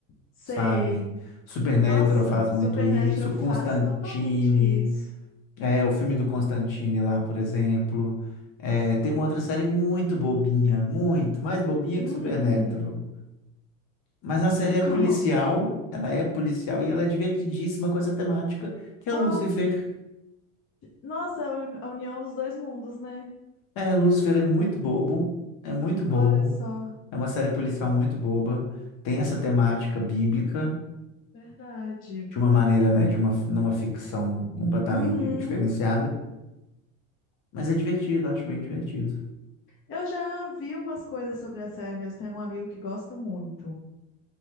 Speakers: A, on the left (about 30°); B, on the left (about 50°).
A: sei.
B: sabe? Supernatural
A: Nossa,
B: faz
A: Supernatural
B: muito isso,
A: faz
B: Constantine,
A: totalmente isso.
B: é, o filme do Constantine lá, por exemplo. É, tem uma outra série muito bobinha, muito, mais bobinha
A: Hum,
B: que Supernatural. Mas a série
A: <laughs>
B: é
A: como?
B: policial, ela é policial e ela é divertidíssima com essa temática, que é
A: Ó.
B: Lucifer,
A: Nossa, é a uni- a união dos dois mundos, né?
B: É, Lúcifer é muito bobo, é muito bobo.
A: Olha só,
B: É uma série policial muito boba, tem essa temática bíblica.
A: verdade.
B: de uma maneira, né, de uma, numa ficção completamente
A: Uhum.
B: diferenciada, mas é divertido, acho bem divertido.
A: Eu já vi umas coisas sobre a série mesmo. Tem um amigo que gosta muito.